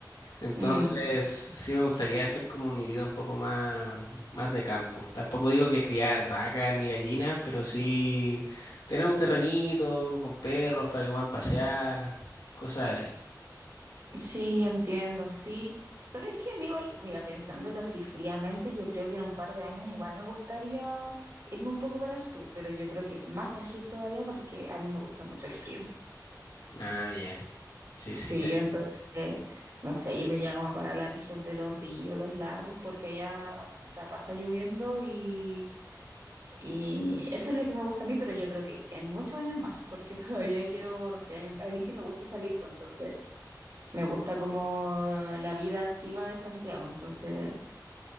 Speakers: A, on the left (about 75°); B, on the right (about 50°).
A: Entonces,
B: Mm,
A: sí me gustaría hacer como mi vida un poco más, más de campo. Tampoco digo que criar vacas ni gallinas, pero sí tener un terrenito con perros para que puedan pasear, cosas así.
B: sí, entiendo, sí. ¿Sabes qué, amigo? Mira, pensándolo así fríamente, yo creo que en un par de años igual me gustaría irme un poco para el sur, pero yo creo que más al sur todavía porque a mí me gusta mucho el frío.
A: Ah, ya. Sí,
B: Sí,
A: sí, cacho.
B: entonces, eh, no sé, yo me iría como para la región de los ríos, los lagos, porque allá puta pasa lloviendo y, y eso es lo que me gusta a mí, pero yo creo que en muchos años más, porque <laughs> todavía quiero, no sé, a mí, a mí sí me gusta salir, pues entonces me gusta como la vida activa de Santiago, entonces